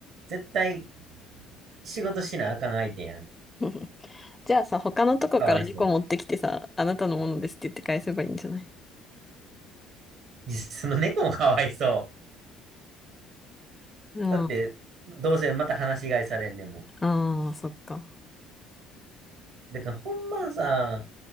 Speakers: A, on the right (about 65°); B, on the left (about 15°).
A: 絶対仕事しなあかん相手やん。
B: <laughs> じゃあさ、他のとこから猫持ってきてさ、
A: かわいそう。
B: あなたのものですって言って返せばいいんじゃない
A: いやその猫もかわいそ
B: うん。
A: う。だって、どうせまた話し飼いされんねんもん。
B: ああ、そっか。
A: だからほんまさ、